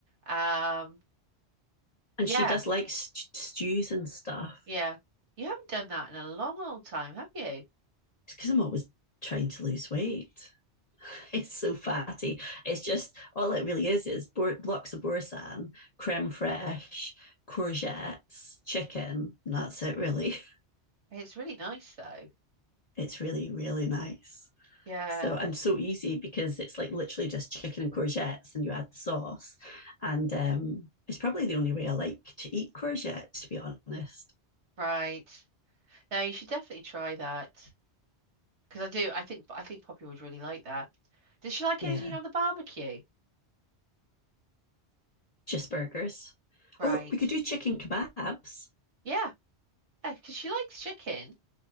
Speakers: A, on the right; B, on the left.
A: Um,
B: And
A: yeah.
B: she does like st- stews and stuff.
A: Yeah. You haven't done that in a long old time, have you?
B: It's because I'm always trying to lose weight. It's so fatty. It's just all it really is is bor- blocks of boursin, creme fraiche, courgettes, chicken. And that's it, really. <laughs>
A: It's really nice though.
B: It's really, really nice.
A: Yeah.
B: So and so easy because it's like literally just chicken and courgettes, and you add the sauce. And um, it's probably the only way I like to eat courgette, to be honest.
A: Right. Now you should definitely try that. Because I do, I think I think Poppy would really like that. Does she like
B: Yeah,
A: anything on the barbecue?
B: just burgers.
A: Right.
B: Or we could do chicken kebabs.
A: Yeah. Because she likes chicken.